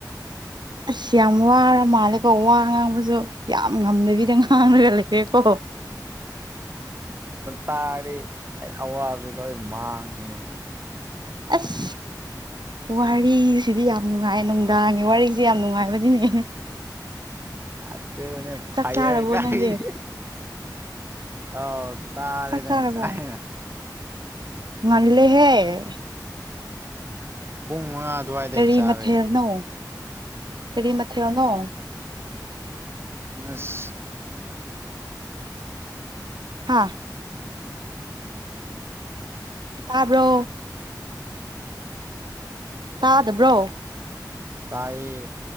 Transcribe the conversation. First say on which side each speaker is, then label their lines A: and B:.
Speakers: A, on the right; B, on the right.
A: ꯑꯁ
B: ꯉꯥꯛꯇꯪ
A: ꯍꯥꯝ ꯋꯥꯔꯥ ꯃꯥꯂꯦꯀꯣ ꯋꯥ ꯉꯥꯡꯕꯁꯨ ꯌꯥꯝ ꯉꯝꯗꯕꯤꯗ ꯉꯥꯡꯔꯒ ꯂꯩꯔꯦꯀꯣ
B: ꯇ꯭ꯥꯔꯗꯤ ꯑꯩ ꯑꯋꯥꯕꯕꯁꯦ ꯂꯣꯏ ꯃꯥꯡꯉꯦ
A: ꯑꯁ ꯋꯥꯔꯤꯁꯤꯗꯤ ꯌꯥꯝ ꯅꯨꯡꯉꯥꯏ ꯅꯨꯡꯗꯥꯡꯒꯤ ꯋꯥꯔꯤꯁꯦ ꯌꯥꯝ ꯅꯨꯡꯉꯥꯏꯕꯅꯤꯅꯦ
B: ꯑꯗꯨꯅꯦ
A: ꯆꯥꯛ
B: ꯐꯌꯥꯔ
A: ꯆꯥꯔꯕꯣ
B: ꯒꯥꯏꯗꯤ
A: ꯅꯪꯗꯤ
B: ꯑꯥꯎ ꯆꯥꯔꯦꯗ
A: ꯆꯥꯛ ꯆꯥꯔꯕꯣ
B: ꯉꯥꯁꯥꯏꯅ
A: ꯉꯜꯂꯦꯍꯦ
B: ꯄꯨꯡ ꯃꯉꯥ ꯑꯗꯨꯋꯥꯏꯗꯩ
A: ꯀꯔꯤ
B: ꯆꯥꯔꯦ
A: ꯃꯊꯦꯜꯅꯣ ꯀꯔꯤ ꯃꯊꯦꯜꯅꯣ
B: ꯉꯁ
A: ꯍꯥꯥ ꯇꯥꯕ꯭ꯔꯣ ꯇꯥꯗꯕ꯭ꯔꯣ
B: ꯇꯥꯌꯦ